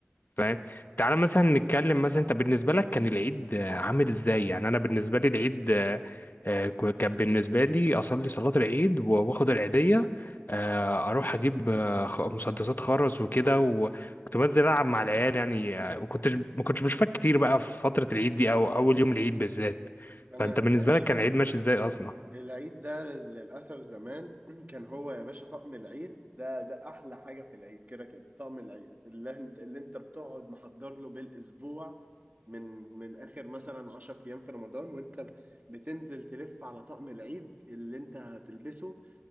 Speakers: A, on the left; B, on the right.
A: فاهم تعالى مثلا نتكلم مثلا انت بالنسبه لك كان العيد آه، عامل ازاي يعني انا بالنسبه لي العيد آه، آه، ك- كان بالنسبه لي اصلي صلاه العيد و- واخد العيديه آه، اروح اجيب آه، خ- مسدسات خرز وكده وكنت بنزل العب مع العيال يعني آه، وكنتش ما كنتش بشوفك كتير بقى في فتره العيد دي او اول يوم العيد بالذات
B: أنا
A: فانت
B: يا
A: بالنسبه
B: باشا
A: لك كان العيد ماشي ازاي اصلا
B: العيد ده للأسف زمان <clears throat> كان هو يا باشا طقم العيد ده ده أحلى حاجة في العيد كده كده طقم العيد اللي أنت اللي أنت بتقعد محضر له بالأسبوع من من آخر مثلا 10 أيام في رمضان وأنت بتنزل تلف على طقم العيد اللي أنت هتلبسه